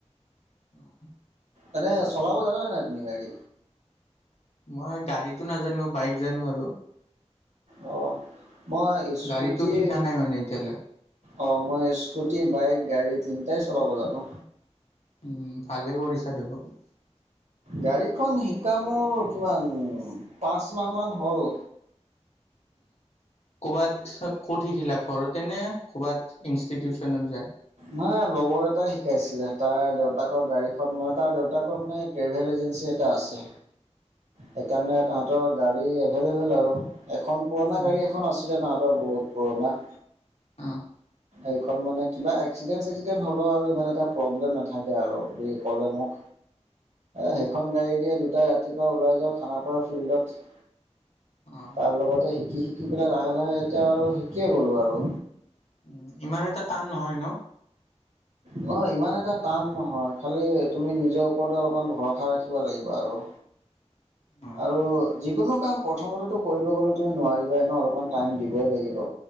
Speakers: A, on the left (about 60°); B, on the right (about 85°).
A: আহ
B: এনে চলাব জানা নে নাই তুমি গাড়ী
A: মই গাড়ীতো নাজানো বাইক জানো আৰু
B: অ মই স্কুটি
A: গাড়ীতো শিকা নাই মানে এতিয়ালৈ
B: অ', মই স্কুটি বাইক গাড়ী তিনিটাই চলাব জানো
A: উম, ভালে কৰিছা দেখোন
B: গাড়ীখন শিকা মোৰ, কিমান পাঁচ মাহ মান হ'ল
A: ক'ৰবাত ক'ত শিকিলা ঘৰতেনে, ক'ৰবাত ইনষ্টিটিউশনত যায়
B: নাই লগৰ এটাই শিকাইছিলে, তাৰ দেউতাকৰ গাড়ীখন মানে, তাৰ দেউতাকৰ মানে ট্ৰেভেল এজেঞ্চি এটা আছে
A: অ',
B: সেইকাৰণে তাহতৰ গাড়ী এভেইলেবল আৰু, এখন পুৰণা
A: উম
B: গাড়ী এখন আছে আছিলে তাহাঁতৰ বহুত পুৰণা
A: অ',
B: এইখন মানে কিবা, এক্সিডেণ্ট চেক্সিডেণ্ট হ'লেও আৰু ইমান এটা প্ৰব্লেম নাথাকে আৰু বুলি ক'লে মোক
A: <unintelligible>
B: সেইখন গাড়ী দিয়ে দুটাই ৰাতিপুৱা ওলাই যাওঁ খানাপাৰা ফিল্ডত
A: অ
B: তাৰ লগতে শিকি শিকি পেলাই, লাহে লাহে এতিয়া আৰু শিকিয়ে গ'লো আৰু
A: উ, ইমান এটা টান নহয় ন
B: নহ ইমান এটা টান নহয়, খালি তুমি নিজৰ ওপৰত অলপমান ভৰসা ৰাখিব লাগিব আৰু
A: অ
B: আৰু যিকোনো কাম প্ৰথমতে কৰিব গলে তুমি নোৱাৰিবা, এন অলপমান টাইম দিবই লাগিব